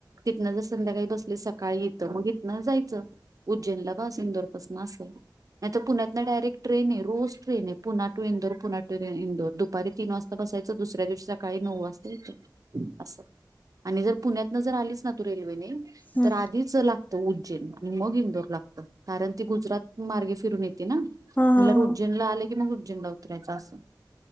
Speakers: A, on the right; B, on the left.
A: तिथनं जर संध्याकाळी बसले सकाळीे तग मग ना जायचं उज्जैनला पासूनंदरपासून असल. नाही तर पुण्यातना डायरेकट्र आहे रोज ट्रेन आहे पूणा टू इंदोर पुणा टू इंदोर दुपारी तीन वाज ता बसायचं दुसऱ्या दिवशी सकाळी नऊ वाजता येतं असं. आणि जर पुण्यातनं जर आलीच ना तू रेल्वेने
B: हम्म
A: तर आधीच लागतो उज्जैन आणि मग इंदोर लागतं कारण ती गुजरात मार्गे फिरून ये ते ना म्हणलर
B: हा हा हा
A: उज्जैनला आले की मग उज्जैनला उतरायचं असं.